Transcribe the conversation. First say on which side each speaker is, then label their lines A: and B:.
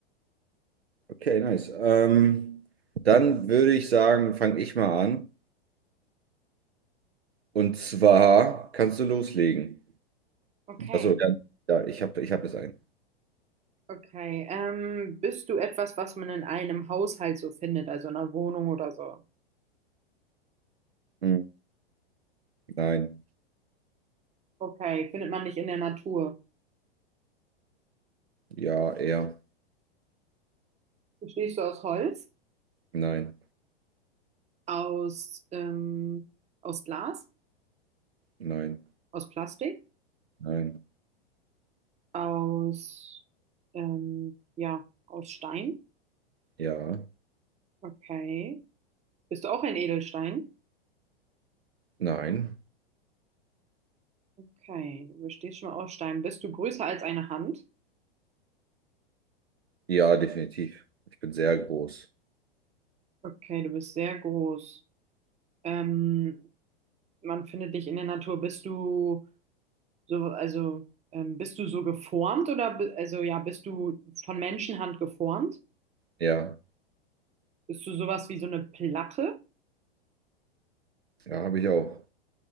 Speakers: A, on the right (about 90°); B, on the right (about 20°).
A: Okay, nice. Ähm, dann würde ich sagen, fange ich mal an. Und zwar kannst du loslegen.
B: Okay.
A: Achso, ja, ja, ich habe ich hab es ein.
B: Okay, ähm, bist du etwas, was man in einem Haushalt so findet, also in einer Wohnung oder so?
A: Hm, Nein,
B: Okay, findet man nicht in der Natur.
A: ja, er,
B: Bestehst du aus Holz,
A: nein,
B: aus, ähm, aus Glas,
A: nein,
B: aus Plastik,
A: nein,
B: aus, ähm, ja, aus Stein?
A: ja,
B: Okay. Bist du auch ein Edelstein?
A: nein.
B: Okay, du bestehst schon mal aus Stein. Bist du größer als eine Hand?
A: Ja, definitiv. Ich bin sehr groß.
B: Okay, du bist sehr groß. Ähm, man findet dich in der Natur. Bist du So, also ähm, bist du so geformt oder bi- also ja, bist du von Menschenhand geformt?
A: Ja,
B: Bist du sowas wie so eine Platte?
A: ja, habe ich auch.